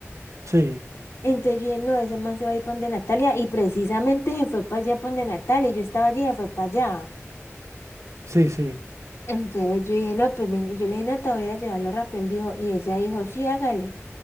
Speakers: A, on the right; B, on the left.
A: Sí,
B: Entonces yo dije, no, ese man se va a ir para donde Natalia, y precisamente se fue para allá para donde Natalia, y yo estaba allí, y se fue para allá.
A: sí, sí.
B: Entonces yo dije, no, pues ven, yo le dije, Nata, voy a ir a llevarlo rápido, él dijo, y ella dijo, sí, hágale.